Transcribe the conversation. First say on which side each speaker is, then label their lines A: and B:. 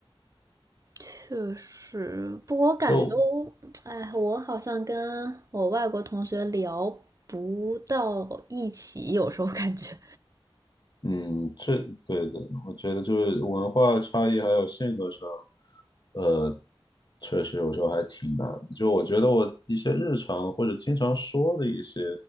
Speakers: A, on the right (about 35°); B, on the left (about 50°).
A: 确实，不过我感觉我，
B: 就
A: 哎，我好像跟我外国同学聊不到一起，有时候感觉
B: 嗯，这对的，我觉得就是文化差异还有性格上，呃，确实有时候还挺难的就我觉得我一些日常或者经常说的一些